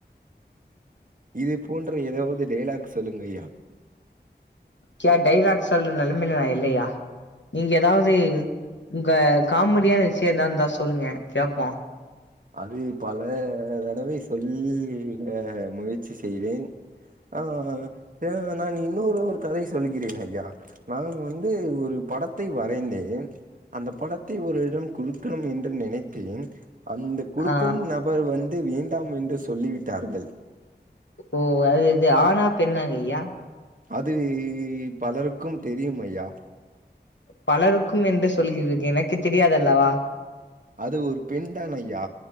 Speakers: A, on the right; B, on the left.
A: இதே போன்ற ஏதாவது டைலாக் சொல்லுங்கய்யா
B: கியா டைலாக் சொல்ற நெலைமைல நா இல்லையா நீங்க ஏதாவது உங்க காமெடியான விஷயோ ஏதா இருந்தா சொல்லுங்கய்யா கேப்போ
A: அது பல தடவை சொல்ல முயற்சி செய்தேன் ஆ ஆ <unintelligible> நான் இன்னொரு ஒரு கதை சொல்லுகிறேன் ஐயா நான் வந்து ஒரு படத்தை வரைந்தேன் அந்த படத்தை ஒருரிடம் குடுக்கணும் என்று நினைத்தேன் அந்த குடுக்கும்
B: ஆ
A: நபர் வந்து வேண்டாம் என்று சொல்லி விட்டார்கள்
B: ஓ அது இது ஆணா பெண்ணாங்கய்யா
A: அது பலருக்கும் தெரியும் ஐயா
B: பலருக்கும் என்று சொல்லுகிறீர்கள் எனக்கு தெரியாதல்லவா
A: அது ஒரு பெண் தான் ஐயா